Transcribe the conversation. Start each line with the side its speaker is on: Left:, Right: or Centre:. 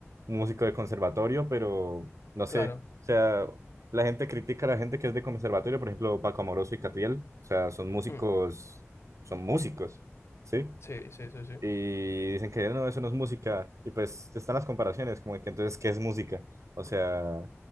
Right: músico de conservatorio, pero no sé.
Left: Claro.
Right: O sea, la gente critica a la gente que es de conservatorio, por ejemplo, Paco Amoroso y Catriel. O sea, son músicos,
Left: Mm.
Right: son músicos, ¿sí?
Left: Sí, sí, sí, sí.
Right: Y dicen que no, eso no es música. Y pues están las comparaciones, como que entonces, ¿qué es música? O sea.